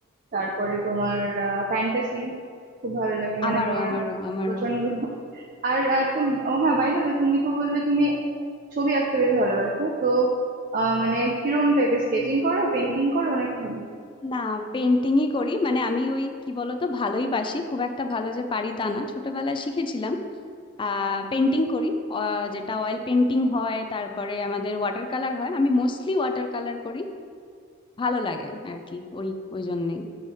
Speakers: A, on the right (about 40°); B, on the left (about 25°).
A: তারপরে তোমার ফ্যান্টাসি খুব ভালো লাগে মানে
B: আমারও
A: তোমার
B: আমারও আমারও
A: প্রচন্ড আর আহ, তুমি ও হ্যাঁ বাই দ্য ওয়ে, তুমি তো বললে তুমি ছবি আঁকতে বেশ ভালোবাসো তো আহ, মানে কিরম টাইপের স্কেচিং করো পেন্টিং করো নাকি
B: না পেন্টিংই করি মানে আমি ওই কি বলতো ভালোই বাসি খুব একটা ভালো যে পারি তা না ছোটবেলায় শিখেছিলাম আহ পেন্টিং করি আহ, যেটা অয়েল পেন্টিং হয় তারপরে আমাদের ওয়াটার কালার হয় আমি মোস্টলি ওয়াটার কালার করি ভালো লাগে আর কি ওই ওই জন্যেই